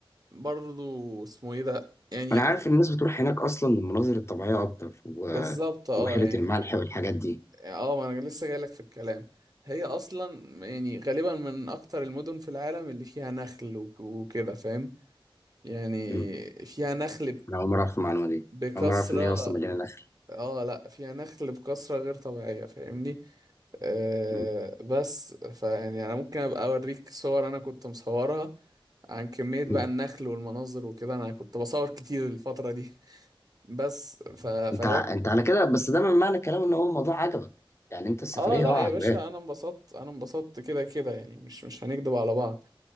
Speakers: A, on the right; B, on the left.
A: برضو اسمه ايه ده يعني
B: انا عارف الناس بتروح هناك اصلا للمناظر الطبيعيه اكتر و-
A: بالظبط اه
B: وبحيره
A: يعني
B: الملح والحاجات دي
A: اه ما انا لسه جايلك في الكلام هي اصلا يعني غالبا من اكتر المدن في العالم اللي فيها نخل وك- وكده فاهم يعني
B: مم.
A: فيها نخل
B: انا اول مره اعرف المعلومه دي
A: بكثرة
B: اول مره اعرف ان هي اصلا مليانه نخل
A: اه لا فيها نخل بكثرة غير طبيعية فاهمني آه،
B: مم.
A: بس فيعني انا ممكن ابقى اوريك صور انا كنت مصورها عن كمية بقى
B: مم.
A: النخل والمناظر وكده انا كنت بصور كتير الفترة دي <laughs> بس ف... فهي
B: انت ع- انت على كده بس ده من معنى الكلام ان هو الموضوع عجبك يعني انت السفريه
A: اه لا
B: هو عجباك
A: يا باشا انا انبسطت انا انبسطت كده كده يعني مش مش هنكدب على بعض